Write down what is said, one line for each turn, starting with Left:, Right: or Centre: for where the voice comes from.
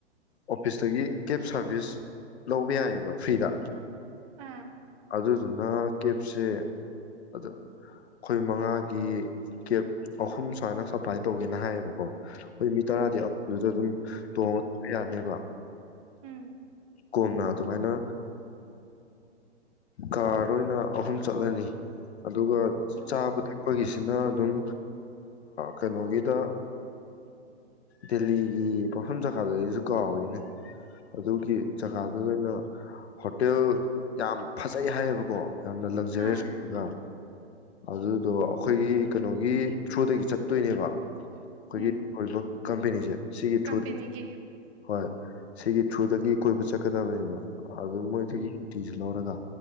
Left: ꯑꯣꯐꯤꯁꯇꯒꯤ ꯀꯦꯕ ꯁꯥꯔꯚꯤꯁ ꯂꯧꯕ ꯌꯥꯏꯌꯦꯕ ꯐ꯭ꯔꯤꯗ
Right: ꯑꯥ
Left: ꯑꯗꯨꯗꯨꯅ ꯀꯦꯞꯁꯦ ꯑꯩꯈꯣꯏ ꯃꯉꯥꯒꯤ ꯀꯦꯞ ꯑꯍꯨꯝ ꯁꯨꯃꯥꯏꯅ ꯁꯞꯄ꯭ꯂꯥꯏ ꯇꯧꯒꯦꯅ ꯍꯥꯏꯌꯦꯕꯀꯣ ꯑꯩꯈꯣꯏ ꯃꯤ ꯇꯔꯥꯗꯤ
Right: ꯑꯥ
Left: ꯑꯗꯨꯗ ꯑꯗꯨꯝ ꯇꯣꯡꯉ ꯌꯥꯅꯦꯕ
Right: ꯎꯝ
Left: ꯀꯣꯝꯅ ꯑꯗꯨꯃꯥꯏꯅ ꯀꯥꯔ ꯑꯣꯏꯅ ꯑꯍꯨꯝ ꯆꯠꯂꯅꯤ ꯑꯗꯨꯒ
Right: ꯑꯣ
Left: ꯆꯥꯕ ꯊꯛ ꯑꯩꯈꯣꯏꯒꯤꯁꯤꯅ ꯑꯗꯨꯝ ꯀꯩꯅꯣꯒꯤꯗ ꯗꯦꯜꯂꯤꯒꯤ ꯄꯥꯎꯐꯝ ꯖꯒꯥꯗꯨꯗꯒꯤꯁꯨ ꯀꯥꯎꯔꯤꯅꯦ ꯑꯗꯨꯒꯤ ꯖꯒꯥꯗꯨꯗ ꯑꯣꯏꯅ ꯍꯣꯇꯦꯜ ꯌꯥꯝ ꯐꯖꯩ ꯍꯥꯏꯌꯦꯕꯀꯣ ꯌꯥꯝꯅ ꯂꯛꯖꯔꯤꯁ
Right: ꯑꯥ
Left: ꯑ ꯑꯗꯨ ꯑꯗꯣ ꯑꯩꯈꯣꯏꯒꯤ ꯀꯩꯅꯣꯒꯤ ꯊ꯭ꯔꯨꯗꯒꯤ ꯆꯠꯇꯣꯏꯅꯦꯕ ꯑꯩꯈꯣꯏꯒꯤ
Right: ꯎꯝ
Left: ꯀꯝꯄꯦꯅꯤꯁꯦ ꯁꯤꯒꯤ
Right: ꯀꯝꯄꯦꯅꯤꯒꯤ
Left: ꯊ꯭ꯔꯨꯗ ꯍꯣꯏ ꯁꯤꯒꯤ ꯁꯨꯗꯒꯤ ꯀꯣꯏꯕ ꯆꯠꯀꯗꯕꯅꯦꯕ ꯑꯗꯨ ꯃꯣꯏꯗꯨꯒꯤ
Right: ꯎꯝ
Left: ꯁꯨꯇꯤꯁꯤ ꯂꯧꯔꯒ